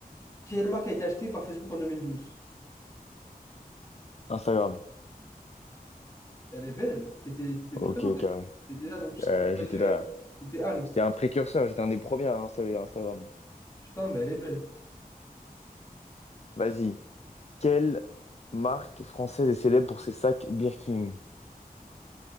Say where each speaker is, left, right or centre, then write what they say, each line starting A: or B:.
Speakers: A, on the left; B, on the left.
A: Quelle marque a été achetée par Facebook en 2012?
B: Instagram.
A: Elle est belle. T'étais, t'étais
B: Ok,
A: présent en 2012.
B: carré.
A: T'étais là dans tout ce
B: Euh,
A: qui est bail,
B: j'étais
A: euh,
B: là.
A: T'étais Al.
B: J'étais un précurseur, j'étais un des premiers à installer Instagram.
A: Putain, mais elle est belle.
B: Vas-y. Quel Marque française est célèbre pour ses sacs Birkin.